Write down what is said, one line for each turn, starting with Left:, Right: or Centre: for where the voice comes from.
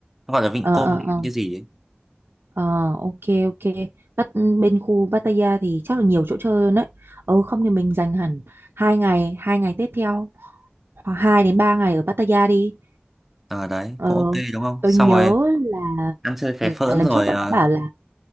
Centre: nó gọi là vịnh
Right: Ờ
Centre: Koh
Right: ờ
Centre: Lan
Right: ờ
Centre: cái gì ấy.
Right: Ờ, ok ok Bắt bên khu Pattaya thì chắc là nhiều chỗ chơi hơn đấy Ừ không thì mình dành hẳn hai ngày hai ngày tiếp theo hoặc hai đến ba ngày ở Pattaya đi
Centre: Ờ đấy
Right: ờ,
Centre: cũng ok đúng không?
Right: tôi
Centre: Xong
Right: nhớ
Centre: rồi
Right: là,
Centre: ăn chơi phè
Right: là
Centre: phỡn
Right: lần
Centre: rồi
Right: trước bọn
Centre: ờ,
Right: nó bảo là